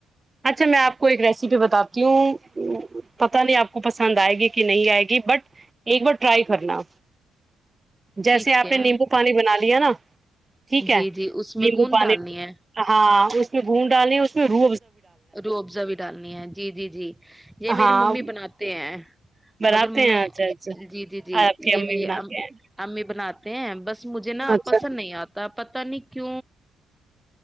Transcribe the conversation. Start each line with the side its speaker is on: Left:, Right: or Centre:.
Right: اچھا میں آپ کو ایک ریسیپی بتاتی ہوں پتہ نہیں آپ کو پسند آئے گی کہ نہیں آئے گی بٹ ایک بار ٹرائی کرنا جیسے
Centre: ٹھیک
Right: آپ
Centre: ہے
Right: نے نیمبو پانی بنا لیا نا ٹھیک ہے
Centre: جی جی اس میں
Right: نیبو
Centre: گوند
Right: پانی
Centre: ڈالنی ہے
Right: ہاں اس میں گھون ڈالیں اس میں رو
Centre: رو افزا بھی ڈالنی ہے جی جی جی یہ میری
Right: ہاں
Centre: ممی بناتے ہیں
Right: بناتے
Centre: مگر میں
Right: ہیں اچھا اچھا
Centre: جی جی جی
Right: آپ کی
Centre: یہ
Right: امی
Centre: میری
Right: بناتے
Centre: ام
Right: ہیں
Centre: امی بناتے ہیں بس مجھے نا
Right: اچھا
Centre: پسند نہیں آتا تن کی